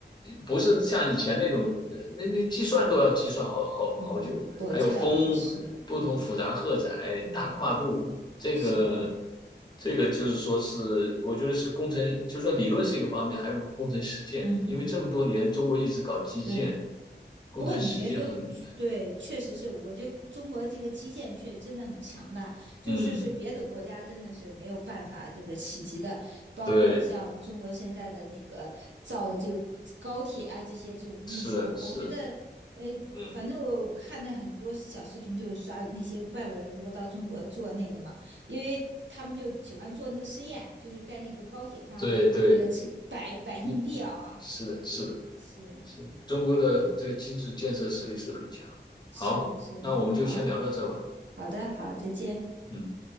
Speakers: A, on the left; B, on the right.
A: 不是像以前那种，呃那那计算都要计算好好好久，
B: 嗯，我这倒也是，
A: 还有风不同复杂荷载大跨度，
B: 嗯嗯，
A: 这个
B: 是的，
A: 这个就是说是我觉得是工程，就是说理论是一个方面，还有个工程实践，
B: 嗯嗯，
A: 因为这么多年中国一直搞基建，
B: 对。
A: 工程实践很厉害。
B: 不过你别说，对，确实是我觉得中国这个基建确实真的很强大，就是是别的国家真的是没有办法这个企及的，
A: 嗯，
B: 包括像中国现在的那个造的这个高铁啊这些这种运输，
A: 对，是的，是的
B: 我觉得呃。
A: 嗯，
B: 反正我看那很多小视频，就是刷那些外国人如果到中国做那个嘛，因为他们就喜欢做那个试验，就是在那个高铁上那个吃摆摆硬币啊，
A: 对对，嗯，是的，是的，
B: 是
A: 是的中国的这个基础建设实力是很强。
B: 是的是啊。
A: 好，那我们就先聊到这吧。
B: 好的，好，再见。
A: 嗯。